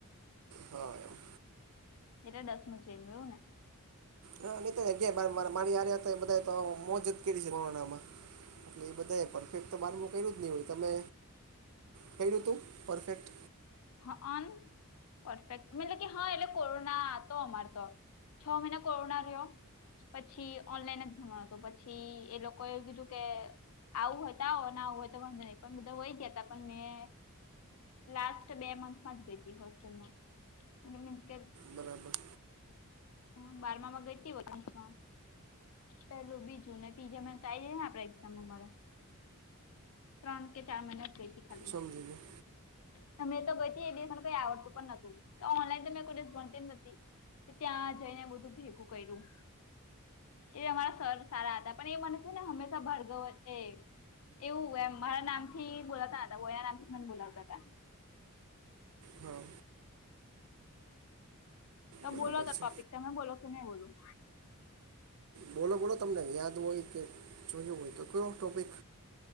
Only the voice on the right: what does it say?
હા એવું.
હા નીતા અગયાર બારમાં માં મારી હાર હતા બધા તો મોજ જ કઈરીછે કોરોના મા એટલે એ બધા પરફેક્ટ તો બારમું કર્યું જ નહી હોય તમે કર્યું તું પરફેક્ટ.
બરાબર.
સમજી ગયો
હા
બરાબર
છે
બોલો બોલો તમને યાદ હોય કે જોયું હોય તો કયો ટૉપિક